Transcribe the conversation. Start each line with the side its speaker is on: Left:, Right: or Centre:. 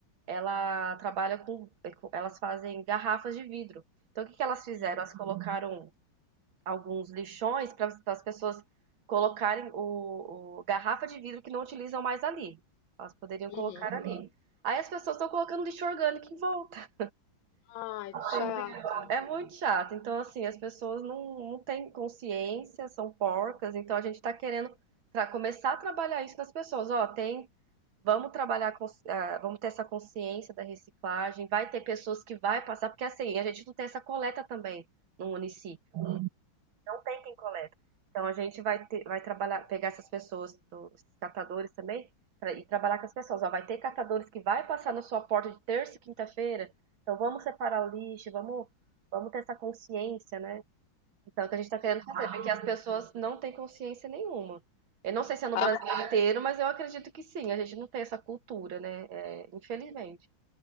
Right: ela trabalha com, elas fazem garrafas de vidro. Então, o que que elas fizeram?
Left: Uhum.
Right: Elas colocaram alguns lixões para as pessoas colocarem o, o- garrafa de vidro que não utilizam mais ali. Elas poderiam
Left: Uhum.
Right: colocar uhum. ali. Aí as pessoas estão colocando lixo orgânico em volta.
Left: Ai, que
Right: Entendeu?
Left: chato.
Right: É muito chato. Então, assim, as pessoas não, não têm consciência, são porcas. Então, a gente está querendo tra- começar a trabalhar isso nas pessoas. Ó, tem. Vamos trabalhar, com, ah, vamos ter essa consciência da reciclagem. Vai ter pessoas que vai passar, porque assim, a gente não tem essa coleta também no município. Não tem quem coleta. Então a gente vai ter- vai trabalhar, pegar essas pessoas, do- esses catadores também, tra- e trabalhar com as pessoas. Ó, vai ter catadores que vai passar na sua porta de terça e quinta-feira. Então vamos separar o lixo, vamos, vamos ter essa consciência, né? Então, o que a gente está querendo fazer, porque as pessoas não têm consciência nenhuma. Eu não sei se é no
Left: Ah,
Right: Brasil inteiro, mas eu acredito que sim. A gente não tem essa cultura, né? É, infelizmente.